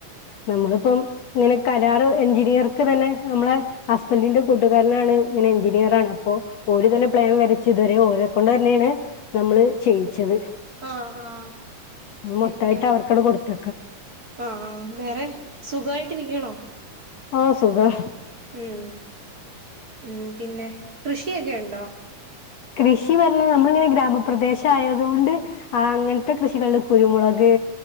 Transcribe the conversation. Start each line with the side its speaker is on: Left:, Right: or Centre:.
Left: ഞമ്മള്പ്പം ഇങ്ങനെ കരാർ എഞ്ചിനീയർക്ക് തന്നെ ഞമ്മളെ ഹസ്ബന്റിന്റെ കൂട്ടുകാരനാണ് ഇങ്ങനെ എഞ്ചിനീയറാണ് അപ്പോ ഓല് ഇതിന് പ്ലാൻ വരച്ച് ഇതുവരെ ഓരെ കൊണ്ടെന്നേണ് ഞമ്മള് ചെയ്യിച്ചത്
Right: ആഹ് ആഹ്
Left: ഉം മൊത്തായിട്ട്
Right: പിന്നെ
Left: അവർക്കട് കൊടുത്ത
Right: ആഹ് ആഹ് വേറെ സുഖവായിട്ടിരിക്ക്യാണോ
Left: ആഹ് സുഖം
Right: ഉം ഉം പിന്നെ കൃഷിയെക്കെ ഇണ്ടോ
Left: കൃഷി പറഞ്ഞ് നമ്മള് ഇങ്ങനെ ഗ്രാമപ്രദേശ ആയതുകൊണ്ട് ആഹ് അങ്ങത്തെ കൃഷികള് കുരുമുളക്